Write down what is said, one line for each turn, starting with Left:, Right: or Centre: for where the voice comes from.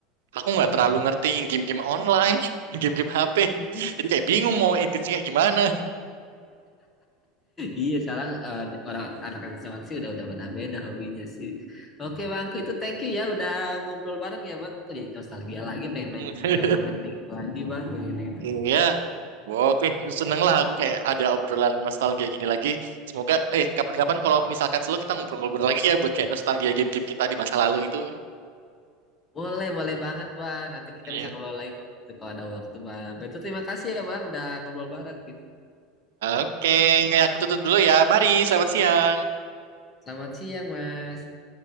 Right: aku nggak terlalu ngerti game-game online, <laughs> game-game HP.
Left: Mm-mm.
Right: Jadi kayak bingung mau engage kayak gimana.
Left: Iya, sekarang eh, orang anak zaman sih udah udah beda-beda hobinya sih. Oke, Bang, itu thank you ya udah ngobrol bareng ya, Bang. Aku jadi nostalgia lagi pengen main
Right: <laughs>
Left: eh, pemain tenis lagi, Bang. Pengen gitu.
Right: Iya, oke, seneng lah aku kayak ada obrolan nostalgia gini lagi. Semoga, eh kapan-kapan kalau misalkan selalu kita ngobrol-ngobrol lagi ya buat kayak nostalgia game-game kita di masa lalu itu.
Left: Boleh, boleh banget, Bang. Nanti kita
Right: Iya.
Left: bisa ngobrol lagi kalau, kalau ada waktu, Bang. Itu terima kasih ya, Bang, udah ngobrol bareng gitu.
Right: Oke, aku tutup dulu ya. Mari, selamat siang.
Left: Selamat siang, Mas.